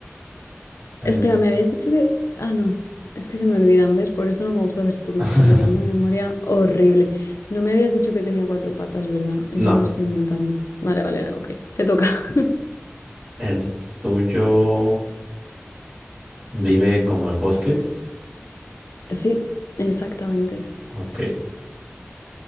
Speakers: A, on the right (about 30°); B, on the left (about 85°).
A: El...
B: Espera, me habías dicho que... Ah, no. Es que se me olvidan, ¿ves? Por eso no me gusta hacer turnos,
A: <laughs>
B: porque tengo una memoria horrible. No me habías dicho que tenía cuatro patas, ¿verdad? Eso
A: No.
B: me lo estoy inventando. Vale, vale, vale, ok. Te toca. <laughs>
A: El tuyo vive como en bosques.
B: Sí, exactamente.
A: Ok.